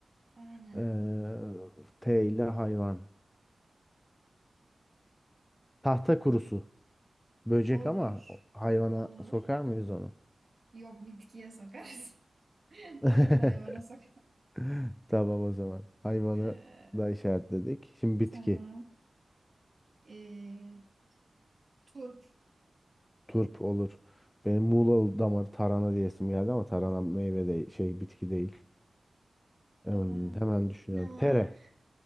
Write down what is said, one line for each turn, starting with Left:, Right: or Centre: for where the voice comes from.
Right: Aynen.
Left: Ee, T ile hayvan. Tahta kurusu. Böcek
Right: Olur.
Left: ama hayvana
Right: Olur.
Left: sokar mıyız onu?
Right: Yok bitkiye sokarız. <laughs>
Left: <laughs>
Right: Tabii ki de hayvana sok.
Left: <laughs> Tamam o zaman. Hayvanı
Right: E,
Left: da işaretledik. Şimdi bitki.
Right: tamam. E, turp.
Left: Turp olur. Benim Muğla damarı tarhana diyesim geldi ama tarhana meyve de şey bitki değil. Hmm,
Right: E,
Left: hemen düşünüyorum.
Right: ne var?
Left: Tere.